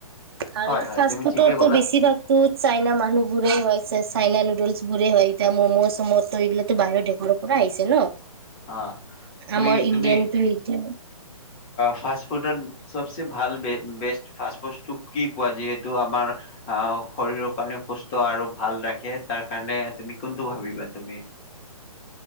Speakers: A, on the right; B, on the left.
A: আৰু
B: হয়
A: এইটো
B: হয়
A: ফা
B: তুমি
A: ফুডৰো
B: ঠিকে ক'লা
A: বেছিভাগতো চাইনা মানুহবোৰেই হৈছে চাইনা নুডলছ বোৰে হয় এতি ম'ম' চ মমতো এইগিলো ত বিৰৰ ে ঘৰৰ পৰা আহিছে ন
B: অ তুমি
A: আমাৰ
B: তুমি
A: ইণ্ডিয়ানটো এইটো
B: ফ ফুড চবচে ভাল বেষ্ট ফাষ্ট ফুডটো কি কোৱা যিহেতু আমাৰ আহ শৰীৰৰ কাৰণে সুস্থ আৰু ভাল ৰাখে তাৰ কাৰণে তুমি কোনটো ভাবিবা তুমি